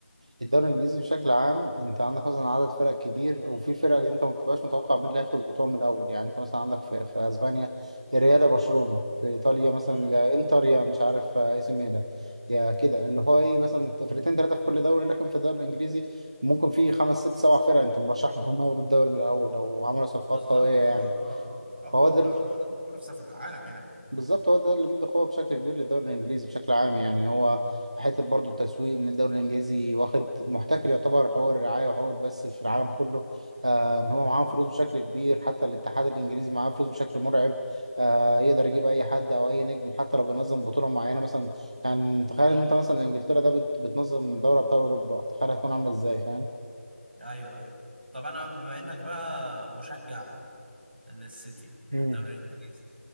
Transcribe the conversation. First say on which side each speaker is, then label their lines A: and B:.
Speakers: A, on the right; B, on the right.
A: الدوري الانجليزي بشكل عام انت عندك مثلا عدد
B: مم.
A: فرق كبير وفي فرق انت ما بتبقاش متوقع مين اللي هياخد البطولة من الاول يعني انت مثلا عندك في, في اسبانيا يا ريال يا برشلونة في ايطاليا مثلا
B: مم.
A: يا انتر يا مش عارف آه، اي سي ميلان يا كده اللي هو ايه مثلا
B: مم.
A: فرقتين ثلاثة في كل دوري لكن في الدوري الانجليزي ممكن في خمس ست سبع فرق انت مرشحهم هم ياخدوا الدوري من الاول لو عملوا صفقات
B: بالظبط
A: قوية
B: طبعا
A: يعني
B: اه آه. اقوى
A: فهو ده
B: اقوى منافسة في العالم يعني
A: بالظبط هو ده اللي مدى قوه بشكل كبير للدوري الانجليزي بشكل عام يعني هو حته برضو التسويق ان الدوري الانجليزي واخد محتكر يعتبر حقوق الرعايه وحقوق البث في العالم كله آه ان
B: مم.
A: هو معاهم فلوس بشكل كبير حتى الاتحاد الانجليزي معاه فلوس بشكل مرعب آه
B: مم.
A: يقدر يجيب اي حد او اي نجم حتى لو بينظم بطوله معينه مثلا يعني تخيل ان انت مثلا انجلترا ده بت- بتنظم دوري ابطال اوروبا تخيل هتكون عامله ازاي فاهم
B: ايوه ايوه طب انا بما انك بقى مشجع للسيتي
A: مم.
B: في الدوري الانجليزي